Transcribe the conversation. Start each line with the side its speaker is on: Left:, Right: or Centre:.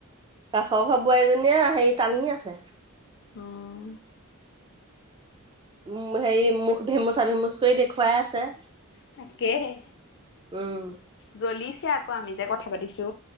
Right: কাষৰ বোৱাৰী জনীয়ে হেৰি টানি আছে
Left: অঁ
Right: উ হেৰি মুখ ভেমুচা ভেমুচ কৰি দেখুৱাই আছে
Left: তাকেহে,
Right: উম
Left: জ্বলি ছেঃ আক, আমি যে কথা পাতিছো।